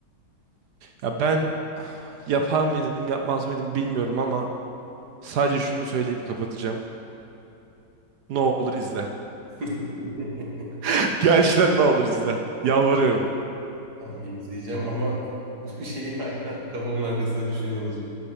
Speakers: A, on the right (about 65°); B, on the right (about 50°).
A: Ya ben yapar mıydım, yapmaz mıydım bilmiyorum ama sadece şunu söyleyip kapatacağım. Ne olur izle.
B: <laughs>
A: <laughs> Gerçekten ne olur izle. Yalvarıyorum.
B: Tamam izleyeceğim ama <laughs> bu şeyi hala kafamın arkasında düşünüyor olacağım.